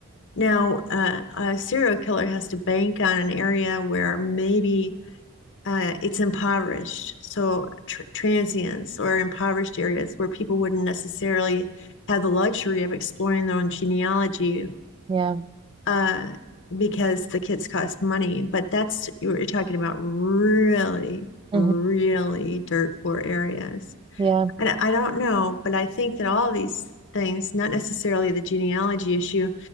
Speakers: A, on the left (about 60°); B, on the right (about 25°).
A: now uh, a serial killer has to bank on an area where maybe uh, it's impoverished. So tr- transients or impoverished areas where people wouldn't necessarily have the luxury of exploring their own genealogy
B: yeah, Mm.
A: uh, because the kits cost money. But that's you're talking about really,
B: Yeah.
A: really
B: hmm
A: dirt poor areas.
B: yeah,
A: And I don't know, but I think that all these things, not necessarily the genealogy issue,